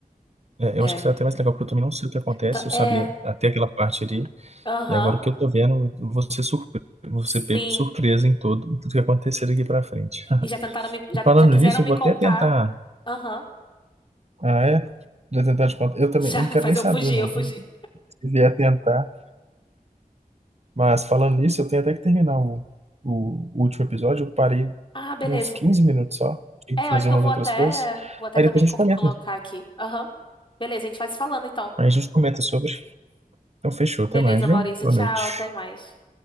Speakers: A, on the right (about 45°); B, on the left (about 30°).
A: É,
B: É.
A: eu acho que isso é até mais legal, porque eu também não sei o que acontece,
B: Tá-
A: eu
B: É.
A: sabia até aquela parte ali,
B: Aham.
A: e agora o que eu tô vendo, eu vou ser surpre... vou
B: Sim.
A: ser pego de surpresa em todo, em tudo que acontecer daqui pra frente. <laughs>
B: E já tentaram me. Já,
A: E falando
B: já quiseram
A: nisso,
B: me
A: eu vou
B: contar.
A: até tentar.
B: Aham.
A: Ah, é? Já tentar te contar. Eu também,
B: Já,
A: eu
B: <laughs>
A: não quero
B: mas
A: nem
B: eu
A: saber,
B: fugi,
A: não,
B: eu fugi.
A: viu? Se vier tentar. Mas falando nisso, eu tenho até que terminar o, o, o último episódio, eu parei
B: Ah, beleza.
A: uns 15 minutos só, eu tinha
B: É,
A: que
B: eu
A: fazer
B: acho que
A: umas
B: eu vou
A: outras
B: até.
A: coisas.
B: Vou até
A: Aí
B: também
A: depois
B: co-
A: a gente comenta.
B: colocar aqui. Aham. Beleza, a gente vai se falando então.
A: Aí a gente comenta sobre. Então fechou, até
B: Beleza,
A: mais, viu?
B: Maurício.
A: Boa
B: Tchau,
A: noite.
B: até mais.